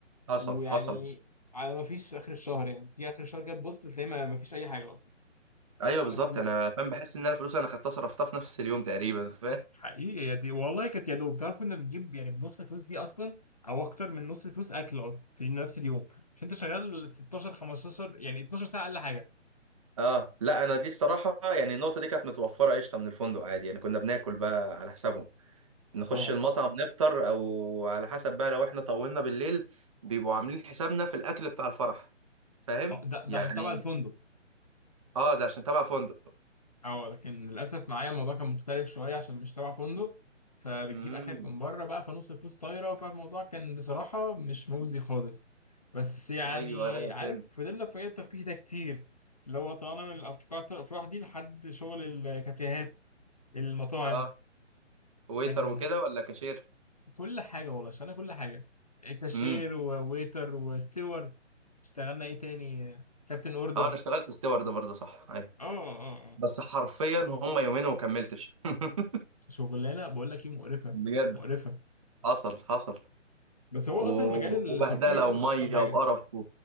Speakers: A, on the right; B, on the left.
A: حصل
B: ويعني
A: حصل
B: على ما فيش في اخر الشهر يعني في اخر الشهر كده تبص تلاقي ما ما فيش اي حاجه اصلا
A: ايوه
B: ولا
A: بالظبط
B: فلوس
A: انا فاهم بحس ان انا فلوس انا خدتها صرفتها في نفس اليوم تقريبا فاهم
B: حقيقي يا دي والله كانت يا دوب تعرف كنا بنجيب يعني بنص الفلوس دي اصلا او اكتر من نص الفلوس اكل اصلا في نفس اليوم عشان انت شغال 16 15 يعني 12 ساعه اقل حاجه
A: اه لا انا دي الصراحه يعني النقطه دي كانت متوفره قشطه من الفندق عادي يعني كنا بناكل بقى على حسابهم نخش
B: اه
A: المطعم نفطر او على حسب بقى لو احنا طولنا بالليل بيبقوا عاملين حسابنا في الاكل بتاع الفرح فاهم
B: آه، ده
A: يعني
B: ده عشان تبع الفندق
A: اه ده عشان تبع فندق
B: اه لكن للاسف معايا الموضوع كان مختلف شويه عشان مش تبع فندق فبتجيب
A: امم
B: اكلك من بره بقى فنص الفلوس طايره فالموضوع كان بصراحه مش مجزي خالص بس يعني
A: ايوه ايوه
B: عارف
A: فهمت
B: فضلنا في الترفيه ده كتير اللي هو طلعنا من الافكار الافراح دي لحد شغل الكافيهات المطاعم
A: اه ويتر
B: كان
A: وكده ولا كاشير
B: كل حاجه والله اشتغلنا كل حاجه كاشير
A: امم
B: وويتر وستيور اشتغلنا ايه تاني كابتن اوردر
A: اه انا اشتغلت ستيوارد برضه صح ايوه
B: اه اه اه
A: بس حرفيا هم يومين وما كملتش <laughs>
B: شغلانه بقول لك ايه مقرفه
A: بجد
B: مقرفه
A: حصل حصل
B: بس هو اصلا
A: و-
B: المجال
A: وبهدله
B: الترفيهي ده
A: وميه
B: مش احسن حاجه
A: وقرف و...